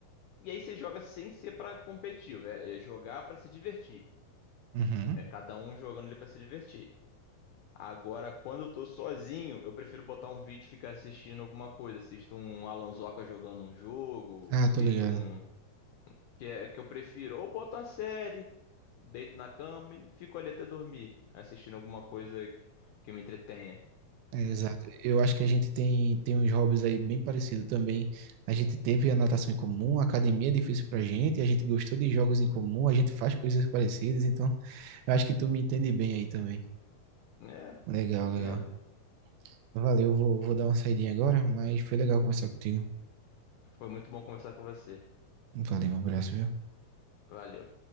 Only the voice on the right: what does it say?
Uhum.
Ah,
tô ligado.
É, exato. Eu acho que a gente tem, tem uns hobbies aí bem parecidos também. A gente teve a natação em comum, a academia é difícil pra gente, a gente gostou de jogos em comum, a gente faz coisas parecidas, então Eu acho que tu me entende bem aí também.
Legal,
legal. Valeu, vou, vou dar uma saidinha agora, mas foi legal conversar contigo.
Valeu, um abraço, viu?